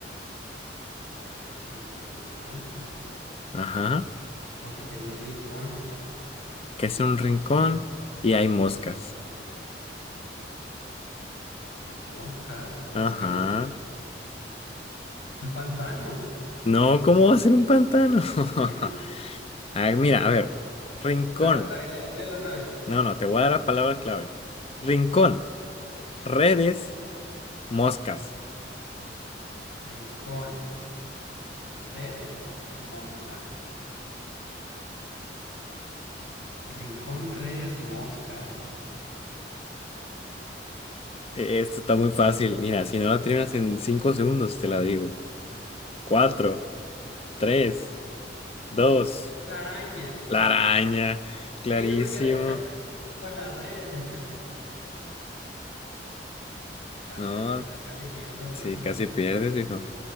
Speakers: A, on the left (about 90°); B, on the left (about 35°).
A: A ver, en rincones.
B: Ajá.
A: Hago que esté en un rincón.
B: Que es un rincón y hay moscas.
A: Hay moscas en
B: Ajá.
A: un rincón. ¿Un pantano?
B: No, ¿cómo va a ser un pantano? <laughs>
A: <laughs>
B: A ver, mira, a ver. Rincón.
A: A ver, otra vez, lé- léelo otra vez.
B: No, no, te voy a dar la palabra clave. Rincón, redes, moscas.
A: Rincón, redes, mosca. Rincón, redes, moscas.
B: E- Esto está muy fácil. Mira, si no la terminas en cinco segundos, te la digo. Cuatro.
A: A ver.
B: Tres, dos,
A: La araña.
B: la araña, clarísimo.
A: Sí, porque la- <laughs> por la red. <laughs> Casi,
B: No,
A: casi, la, casi pierdo.
B: sí,
A: <laughs>
B: casi pierdes, viejo.